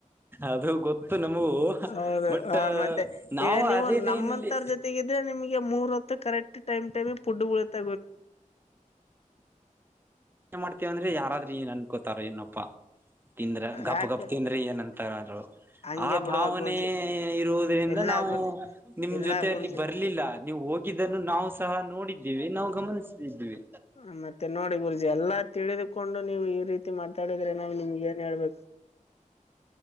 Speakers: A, on the right; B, on the left.
A: ಅದು ಗೊತ್ತು ನಮಗೂ
B: ಹೌದು
A: ಬಟ್
B: ಹ ಮತ್ತೆ
A: ನಾವು
B: ಈಗ ನೀವು
A: ಅದೇ ಲೈನ್
B: ನಮ್ಮಂತರ
A: ಅಲ್ಲಿ
B: ಜೊತೆಗಿದ್ರೆ ನಿಮ್ ಮೂ ರತ ಕರೆಕ್ಟ್ ಪುಡುಬಳ ಎತ
A: ಮಾಡ್ತೇವಂದ್ರೆ ಯಾರಾದ್ರರು ಏನ್ ಅನ್ಕೋತಾರ ಇನ್ನಪ್ಪ ತಿಂದ್ರ ಗಪ್
B: ಯಾಕೆ
A: ಗಪ್ ತಿಂದ್ರೆ ಏನಂತ ಅಂದ್ರು
B: ಹಂಗೆ
A: ಆ
B: ಬಿಡ್ಬೇಕ್
A: ಭಾವನೆ
B: ಗುರ್ಜಿ
A: ಇರುವುದ್ರಿಂದ
B: ಎಲ್ಲಾ
A: ನಾವು
B: ಗುರ್ಜಿ
A: ನಿಮ್
B: ಎಲ್ಲಾ
A: ಜೊತ ಅಯಲ್ಲಿ
B: ಗುರ್ಜಿ
A: ಬರ್ಲಿಲ್ಲ ನೀವು ಹೋಗಿ ಇದನ್ನು ನಾವು ಸಹ ನೋಡಿದ್ದೀವಿ ನಾವು ಗಮನಿಸದ್ದೀವಿ
B: ಹ ಮತ್ತೆ ನೋಡಿ ಗುರುಜಿ ಎಲ್ಲಾ ತಿಳಿದುಕೊಂಡು ನೀವು ಈ ರೀತಿ ತ ಹೇಳಿದ್ರೆ ನಾ್ ನಿಮ್ಗೆ ಏನ್ ಹೇಳ್ಬೇಕು